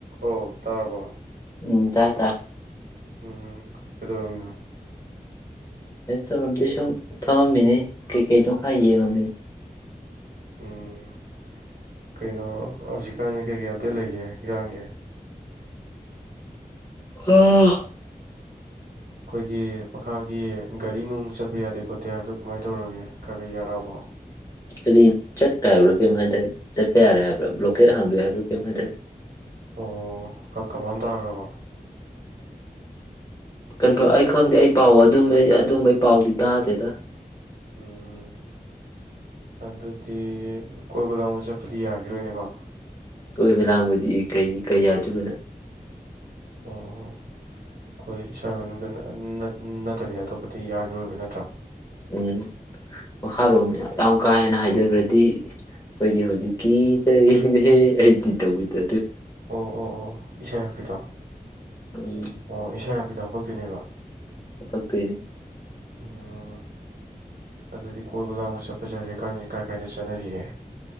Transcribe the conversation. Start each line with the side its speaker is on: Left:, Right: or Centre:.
Right: ꯑꯣ ꯇꯥꯔꯕ
Left: ꯎꯝ ꯇꯥꯔꯦ ꯇꯥꯔꯦ
Right: ꯎꯝ ꯀꯩꯗꯧꯔꯝꯃꯤꯅꯣ
Left: ꯀꯩꯁꯨ ꯇꯧꯔꯝꯗꯦ ꯁꯨꯝ ꯐꯝꯃꯝꯃꯤꯅꯤ ꯀꯩꯀꯩꯅꯣ ꯈꯔ ꯌꯦꯡꯉꯝꯃꯤ
Right: ꯎꯝ ꯀꯩꯅꯣ ꯍꯧꯖꯤꯛꯀꯥꯟꯖꯤ ꯀꯩꯀꯩ <inaudible> ꯂꯩꯒꯦ ꯏꯔꯥꯡꯒꯤ
Left: ꯑꯥ
Right: ꯑꯩꯈꯣꯏꯒꯤ ꯃꯈꯥꯒꯤ ꯒꯥꯔꯤ ꯅꯨꯡ ꯆꯠꯄ ꯌꯥꯗꯦ ꯈꯣꯠꯇꯦ ꯍꯥꯏꯕꯗꯣ ꯀꯃꯥꯏꯅ ꯇꯧꯔꯒꯦ ꯈꯔ ꯈ ꯌꯥꯔꯑꯕ <unintelligible>
Left: ꯀꯔꯤ ꯆꯠꯄ ꯌꯥꯕ꯭ꯔꯥ ꯀꯩꯅꯣꯝ ꯍꯥꯏꯗꯥꯏꯅꯦ ꯆꯠꯄ ꯌꯥꯔꯦ ꯍꯥꯏꯕ꯭ꯔꯥ ꯕ꯭ꯂꯣꯀꯦꯠ ꯍꯥꯡꯗꯣꯛꯑꯦ ꯍꯥꯏꯕ꯭ꯔꯥ ꯀꯩꯅꯣꯝ ꯍꯥꯏꯗꯥꯏꯅꯦ
Right: ꯑꯣ ꯀ ꯀꯟꯐꯥꯔꯝ ꯇꯥꯈ꯭ꯔꯕ
Left: ꯀꯟꯐꯥꯔꯝ ꯑꯩ ꯈꯪꯗꯦ ꯑꯩ ꯄꯥꯎ ꯑꯗꯨꯝꯕꯩ ꯑꯗꯨꯝꯕꯩ ꯄꯥꯎꯗꯤ ꯇꯥꯗꯦꯗ
Right: ꯎꯝ ꯑꯗꯨꯗꯤ ꯀꯣꯏꯕ ꯂꯥꯡꯕ ꯆꯠꯄꯗꯤ ꯌꯥꯈꯤꯔꯣꯏꯅꯦꯀꯣ
Left: ꯀꯣꯏꯕ ꯂꯥꯡꯕꯗꯤ ꯏ ꯀꯩ ꯀꯩ ꯌꯥꯗꯣꯏꯕ ꯅꯪ
Right: ꯑꯣ ꯈꯤꯏ ꯁꯥꯏ <unintelligible> ꯅꯠ ꯅꯠ ꯇꯕꯤꯗ ꯑꯇꯣꯞꯄꯗꯤ ꯌꯥꯒꯤꯔꯣꯏꯕ ꯅꯠ
Left: ꯎꯝ ꯃꯈꯥꯔꯣꯝ ꯌꯥꯝ ꯀꯥ ꯍꯦꯟꯅ ꯍꯥꯏꯊꯈ꯭ꯔꯗꯤ ꯈꯣꯏꯗꯤ ꯍꯧꯖꯤꯡ ꯀꯤꯆꯩꯅꯦ ꯑꯩꯗꯤ ꯇꯧꯕꯤꯗ
Right: ꯑꯣ ꯑꯣ ꯑꯣ ꯏꯁꯩ ꯍꯥꯥꯛꯄꯤꯗꯣ
Left: ꯎꯝ
Right: ꯑꯣ ꯏꯁꯩ ꯍꯥꯞꯄꯤꯗꯣ ꯊꯣꯛꯇꯣꯏꯅꯦꯕ
Left: ꯍꯥꯄꯛꯇꯣꯏꯅꯤ
Right: ꯎꯝ ꯑꯗꯨꯗꯤ ꯀꯣꯏꯕ ꯂꯥꯡꯕ ꯆꯠꯄ ꯗꯨꯗꯤ ꯍꯩꯖꯤꯛꯀꯥꯟꯖꯤ ꯀꯥꯏ ꯀꯥꯏꯗ ꯆꯠꯅꯔꯤꯒꯦ